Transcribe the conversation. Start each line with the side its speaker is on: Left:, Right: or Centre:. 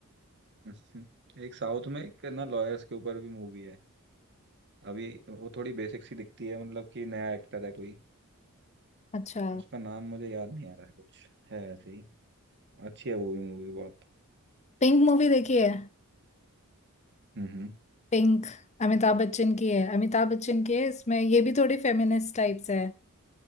Right: <laughs> एक साउथ में एक ना लॉयर्स के ऊपर भी मूवी है अब ये वो थोड़ी बेसिक सी दिखती है मतलब कि नया एक्टर है कोई
Left: अच्छा
Right: उसका नाम मुझे याद नहीं आ रहा है कुछ है ऐसे ही अच्छी है वो भी मूवी बहुत
Left: पिंक मूवी देखी है
Right: हम्म
Left: पिंक अमिताभ बच्चन की है अमिताभ बच्चन की है इसमें ये भी थोड़ी फेमिनिस्ट टाइप्स है